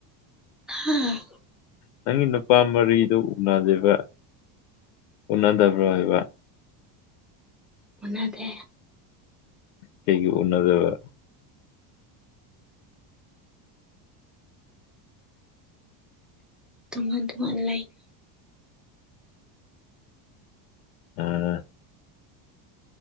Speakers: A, in the centre; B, on the left.
A: ꯎꯝ
B: ꯅꯪꯒꯤ ꯅꯨꯄꯥ ꯃꯔꯤꯗꯨ ꯎꯅꯗꯦꯕ ꯎꯅꯗꯕ꯭ꯔꯥ ꯍꯥꯏꯕ
A: ꯎꯅꯗꯦ
B: ꯀꯩꯒꯤ ꯎꯅꯗꯕ
A: ꯇꯉꯥꯟ ꯇꯣꯉꯥꯟꯟ ꯂꯥꯏꯟ
B: ꯎꯝ